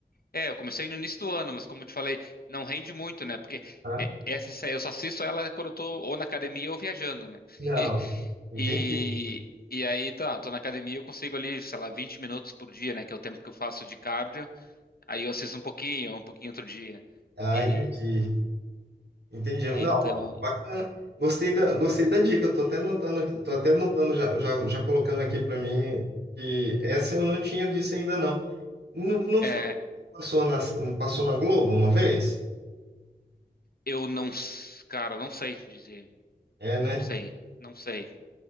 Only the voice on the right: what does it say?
Ah,
não.
Entendi.
Ah,
entendi. Entendi.
Não, bacana. Gostei da, gostei da dica. Eu tô até anotando, aqui- tô até anotando já, já, já colocando aqui para mim que essa eu não tinha visto ainda não. Não, não
foi que passou na, passou na Globo uma vez?
É,
né?